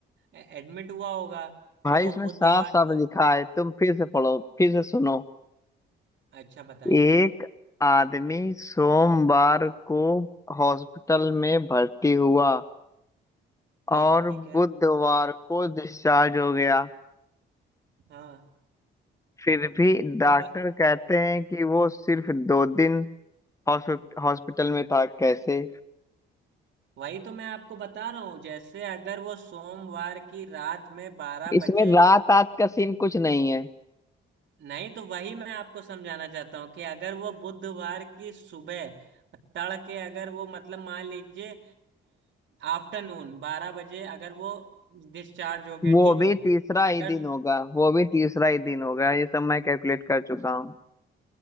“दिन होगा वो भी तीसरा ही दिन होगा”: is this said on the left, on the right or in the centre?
Left